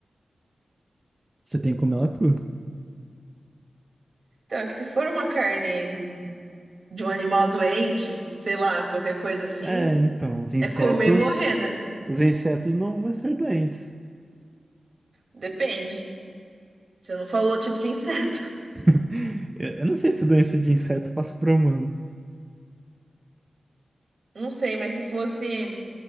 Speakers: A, on the right; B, on the right.
A: Você tem que comer ela crua.
B: Então, é que se for uma carne de um animal doente, sei lá, qualquer coisa assim,
A: É, então, os insetos,
B: é comer e morrer, né?
A: os insetos não vão ser doentes.
B: Depende. Você não falou o tipo de inseto.
A: <laughs> Eu eu não sei se doença de inseto passa para humano.
B: <laughs> Não sei, mas se fosse.